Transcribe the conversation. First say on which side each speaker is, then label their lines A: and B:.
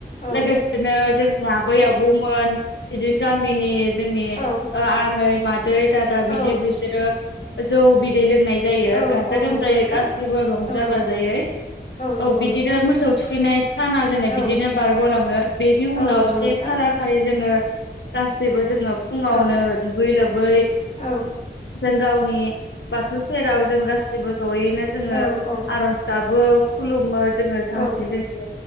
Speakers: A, on the left; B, on the left.
A: औ
B: लोगोसेनो जोंना बैयावबोमोन
A: औ
B: बिदिनो गामिनि जोंनि
A: औ
B: आनै मादै दादा बिदि
A: औ
B: बिसोरो जौ बिदै लों नाय जायो
A: औ
B: गा
A: औ
B: गोमजायै
A: नंगौ नोंथां
B: गसिबो रंजा
A: नंगौ
B: बाजायै
A: नंगौ
B: औ बिदिनो
A: नोंथां
B: मोसौ थु खैनाय साना जोंना
A: औ
B: बिदिनो बारग'लाङो बेनि उनाव
A: औ नंगौ
B: से
A: नोंथां
B: खालार खालि जोङो गासिबो जोङो फुङावनो
A: औ
B: दुगै लोबै
A: औ
B: जों गावनि बाथौ सेराव जों गासिबो जयैनो जोङो
A: औ औ
B: आर'ज गाबो खुलुमो जोङो जाहाथे
A: औ
B: जोंनि